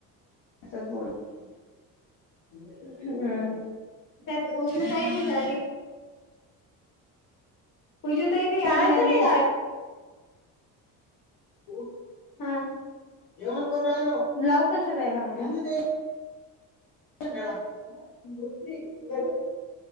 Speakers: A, on the left; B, on the left.
A: <inaudible>
B: त्यात उजू ताईची झाली. उजु ताई बी
A: लावायचं
B: ऍड झाली
A: नाही
B: याच्यात.
A: दार हो.
B: हम.
A: जेवण करायलो. लावू कशी <unintelligible> <unintelligible> <inaudible>